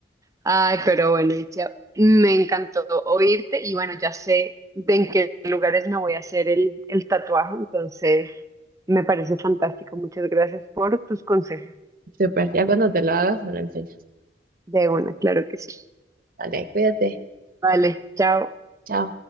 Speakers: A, on the right (about 15°); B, on the right (about 50°).
A: Ay, pero bueno, Itzia, me encantó oírte y bueno, ya sé de en qué lugares me voy a hacer el, el tatuaje, entonces me parece fantástico. Muchas gracias por tus consejos.
B: Súper, ya cuando te lo hagas me lo enseñas.
A: De una, claro que sí.
B: Dale, cuídate.
A: Vale, chao.
B: Chao.